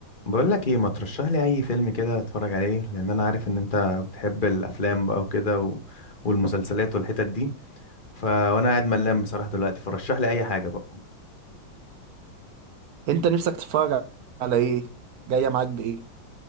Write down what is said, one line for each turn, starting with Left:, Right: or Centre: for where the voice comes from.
Left: بقول لك ايه ما ترشح لي اي فيلم كده اتفرج عليه لان انا عارف ان انت بتحب الافلام بقى وكده و... والمسلسلات والحتت دي ف وانا قاعد ملان بصراحة دلوقتي فرشح لي اي حاجة بقى
Right: انت نفسك تتفرج على ايه جايه معاك بايه